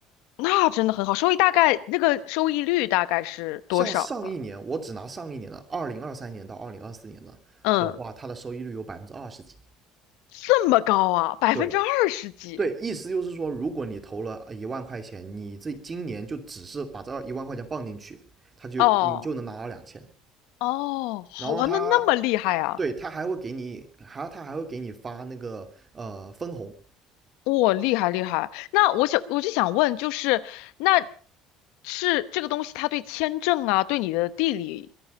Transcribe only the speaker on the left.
那真的很好，收益大概那个收益率大概是多少啊？
嗯，
这么高啊，百分之二十几
哦哦，好玩的那么厉害啊，
哇、厉害厉害。那我想我就想问，就是那是这个东西，它对签证啊，对你的地理